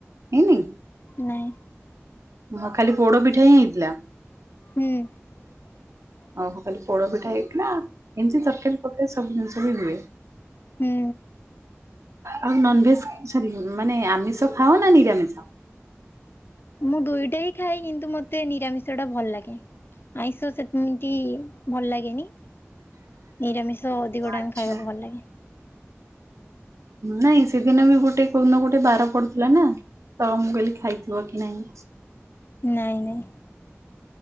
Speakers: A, on the right; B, on the left.
A: ହେଇନି
B: ନାଇଁ
A: ହଁ ଖାଲି ପୋଡ ପିଠା ହିଁ ହେଇଥିଲା
B: ହୁଁ <inaudible>
A: ଆଉ ଖାଲି ପୋଡ ପିଠା ହେଇଥିଲା ଏମିତି ତରକାରୀ ତରକାରୀ ସବୁ ଜିନିଷ ବି ହୁଏ
B: ହୁଁ
A: ଆଉ ନନ୍ ଭେଜ ସରି ମାନେ ଆମିଷ ଖାଅ ନା ନିରାମିଷ
B: ମୁଁ ଦୁଇଟା ହି ଖାଏ କିନ୍ତୁ ମୋତେ ନିରାମିଷ ଟା ଭଲ ଲାଗେ ଆଇଁଷ ସେମିତି ଭଲ ଲାଗେନି ନିରାମିଷ ଅଧିକ
A: ଓ ଆଚ୍ଛା।
B: ଟାଇମ୍ ଖାଇବାକୁ ଭଲ ଲାଗେ।
A: ନାଇଁ ସେଦିନ ବି ଗୋଟେ କୋଉ ନା ଗୋଟେ ବାର ପଡୁଥିଲା ନା। ତ ମୁଁ କହିଲି ଖାଇଥିବ କି ନାଇଁ
B: ନାଇଁ ନାଇଁ